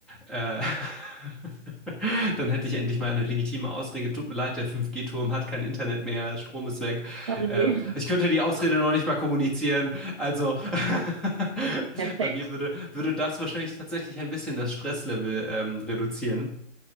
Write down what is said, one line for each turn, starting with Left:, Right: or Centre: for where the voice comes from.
Centre: Äh, <laughs> dann hätte ich endlich mal eine legitime Ausrede. Tut mir leid, der 5G-Turm hat kein Internet mehr, Strom ist weg.
Right: Oh
Centre: Ähm,
Right: ne.
Centre: ich könnte die Ausrede noch nicht mal kommunizieren. Also <laughs>
Right: <laughs> Perfekt.
Centre: bei mir würde, würde das wahrscheinlich tatsächlich ein bisschen das Stresslevel ähm, reduzieren.